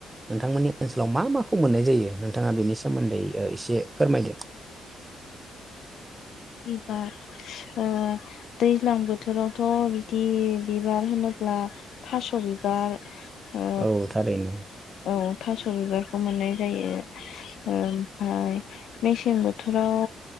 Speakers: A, on the right; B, on the left.
A: नोंथांमोननि ओनसोलाव मा माखौ मोननाय जायो? नोंथाङा बेनि सोमोन्दै एसे फोरमायदो। <inaudible>
B: बिबार ओ दैज्लां बोथोरावथ' बिदि बिबार होनोब्ला थास' बिबा बार ओ
A: औ थारैनो
B: औ थास' बिबारखौ मोननाय जायो। ओमफ्राय मेसें बोथोराव